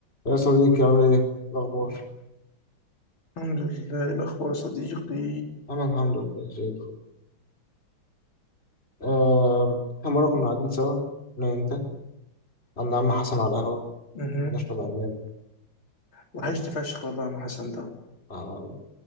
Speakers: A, on the left; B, on the left.
A: يا صديقي عامل ايه؟ الأخبار؟
B: الحمد لله إيه الأخبار يا صديقي
A: أنا الحمد لله زي الفل. آم، إحنا مرة كنا قاعدين سوا أنا وأنت عند عم حسن على القهوة
B: مهم.
A: نشرب عناب
B: وحشني فشخ والله يا عم حسن ده
A: آه،